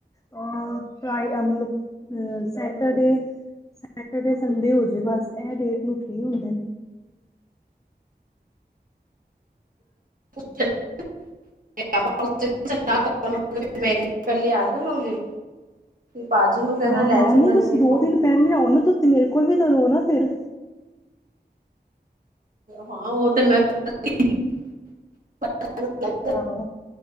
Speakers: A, on the left (about 20°); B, on the right (about 50°).
A: ਅ ਫ ਟਰਾਈ ਕਰਨਾ, ਮਤਲਬ ਅ ਸੈਟਰਡੇ। ਸੈਟਰਡੇ ਸੰਡੇ ਹੋ ਜ਼ੇ ਬਸ, ਇਹ ਡੇਟ ਨੂੰ ਫ ਹੁੰਦੇ ਨੇ।
B: <inaudible> <unintelligible> ਫ ਮੈਂ ਦਿਨ ਪਹਿਲੇ ਆ ਜਾਵਾਂਗੀ। ਭਾਜੀ। ਨੂੰ ਕਹਿਣਾ
A: ਹਾਂ,
B: ਲੈ
A: ਹਾਂ
B: ਚੱਲਣਗੇ
A: ਨਹੀਂ ਤੁਸੀਂ ਦੋ
B: ਹਾਂ
A: ਦਿਨ ਪਹਿਲੇ ਆਓ ਨਾ, ਤੁਸੀਂ ਮੇਰੇ ਕੋਲ ਵੀ ਤਾਂ ਰਹ ਨਾ ਫਿਰ।
B: ਹਾਂ, ਉਹ ਤੇ ਮੈਂ। <unintelligible>
A: ਆਹ।